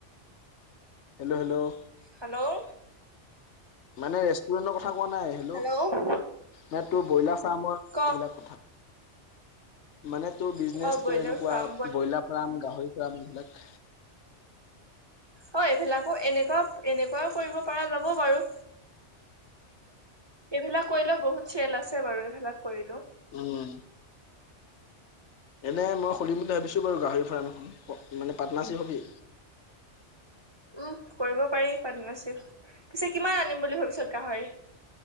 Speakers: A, on the left (about 70°); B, on the right (about 25°).
A: হেল্ল' হেল্ল'
B: হেল্ল'
A: মানে ৰেষ্টুৰেণ্টৰ কথা কোৱা নাই হেল্লো
B: হেল্ল'
A: ম তোৰ ব্ৰইলাৰ ফাৰ্মৰ
B: ক
A: এইবিলাক মানে তোৰ বিজনেচটো
B: অ ব্ৰইলাৰ
A: এনেকুৱা
B: ফাৰ্ম
A: ব্ৰইলাৰ গ্ৰাম গাহৰি গ্ৰাম এইবিলাক
B: হয় এইবিলাকো এনেকুৱা, এনেকুৱাও কৰিব পৰা যাব বাৰু এইবিলাক কৰিলেও বহুত চেল আছে বাৰু এইবিলাক কৰিলেও।
A: উম, এনে মই সুলিম বুলি ভাবিছো বাৰু গাহৰি ফাৰ্ম এখন মানে পাৰ্টনাৰশ্বিপ হবি।
B: উম, কৰিব পাৰি পাৰ্টনাৰশ্বিপ পিছে কিমান আনিম বুলি ভাবিছত গাহৰি?